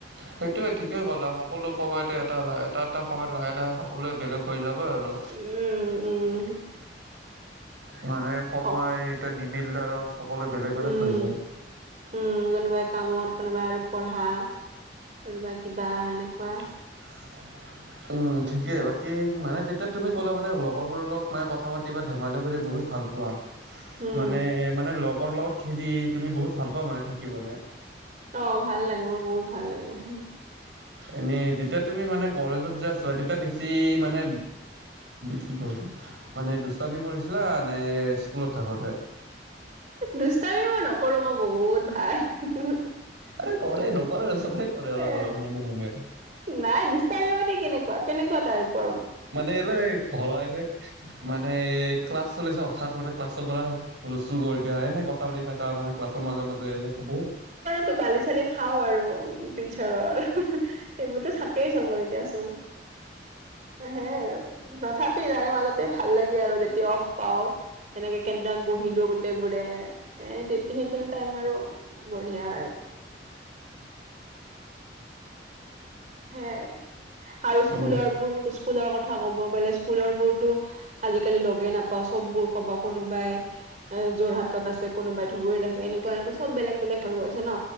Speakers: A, on the right; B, on the right.
A: সেইটোয়ে ঠিকে ক'লা সকলো সময়তে এটা ল এটা এটা সময়ত লাহে লাহে সকলোৱে বেলেগ। হৈ যাবই আৰু
B: উম উম
A: মানে সময়
B: অ',
A: এতিয়া নিমিলিলে আৰু সকলোৱে বেলেগ- বেলেগ
B: উম
A: হৈ যায়।
B: উম কোনোবাই কামত কোনোবাই আৰু পঢ়া। কোনোবা কিবা এনেকুৱা।
A: <inaudible> ঠিকেই বাকী মানে তেতিয়া তুমি কলা মানে লগৰবোৰৰ লগত মানে কথা পাতিবা ধেমালি কৰি বহুত ভাল পোৱা
B: উম
A: মানে মানে লগৰ লগত খেদি তুমি বহুত ভাল পোৱা মানে থাকি মানে।
B: অ ভাল লাগে মোৰ বহুত ভাল লাগে।
A: এনেই যেতিয়া তুমি মানে কলেজত, যোৱা, চোৱা তেতিয়া বেছি মানে কি কয় এইতো, মানে দুষ্টি কৰিছিলা নে স্কুলত থাকোতে।
B: দূষ্টামি মই নকৰো মই বহুত ভাল।
A: আৰে কৰে নকৰা নহয় চবেই কৰে অলপ-
B: এ
A: আছে অলপ মনে মনে।
B: নাই দূষ্টামি মানে কেনেকুৱা, কেনেকুৱা তাইটপৰ।
A: মানে এনে ঘৰ এনে মানে এ ক্লাছ চলিছে হঠাৎ মানে ক্লাছৰ পৰা হুলস্থুল কৰি দিয়া এনে কথা পাতি থাক তাৰ মানে ক্লছৰ মাজে- মাজে এনে বহুত
B: টো গালি চালি খাওঁ আৰু টিচাৰৰ। সেইবোৰতো থাকেই চবৰে দিয়াচোন। সেইয়া আৰু তথাপি তাৰে মাজতে ভাল লাগে আৰু যেতিয়া অফ পাও। সেনেকে কেন্দাক বহিলো গোটেই বোৰে এ সেইখিনি টাইম আৰু বঢ়িয়া আৰু। সেয়া আৰু স্কুলৰ
A: অ
B: বোৰ স্কুলৰ কথা ক'ব গ'লে স্কুলৰ বোৰতো আজিকালি লগে নাপাও চববোৰ কবা কোনোবাই এ যোৰহাটত আছে কোনোবাই ধুবুৰীত, আছে এনেকুৱা এনেকুৱা চব বেলেগ বেলেগ হৈ গৈছে ন।